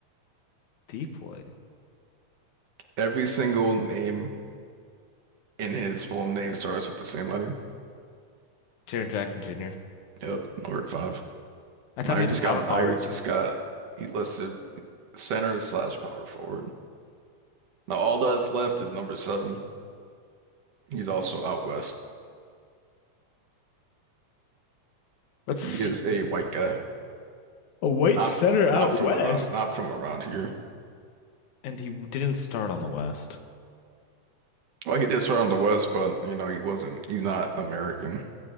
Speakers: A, on the left; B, on the right.
A: deep boy.
B: every single name in his full name starts with the same letter.
A: Jaren Jackson Jr.
B: Yep, over at five.
A: I thought
B: Now
A: he was
B: just
A: a power
B: got
A: forward.
B: now you just got he listed center slash power forward. Now all that's left is number seven. He's also out west.
A: Let's
B: He
A: see.
B: is a white guy.
A: A white
B: Not
A: center
B: from,
A: out
B: not from
A: west.
B: around not from around here.
A: And he didn't start on the West.
B: Well, he did start on the west, but you know, he wasn't he's not American.